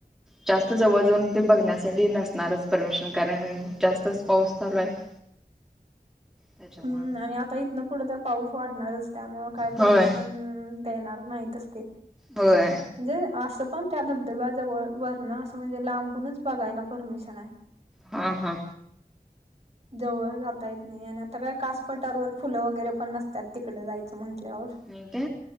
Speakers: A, in the centre; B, on the right.
A: जास्त जवळ जाऊन ते बघण्यासाठी नसणारच परमिशन कारण जास्तच पाऊस चालू आहे. <inaudible> त्याच्यामुळं
B: हम्म आणि आता इथनं पुढं तर पाऊस वाढणारच त्यामुळ काय परमिशन
A: होय
B: देणार नाहीतच. ते
A: होय.
B: म्हणजे असं! पण त्या धबधब्या जवळ वरण असं म्हणजे लांबूनच बघायला परमिशन आहे.
A: हा हा
B: जवळ जाता येत नाही. आणि आता काय कासपटारवर फुलं वगैरे पण नसतात. तिकडं जायचं म्हटल्यावर.
A: नाही का!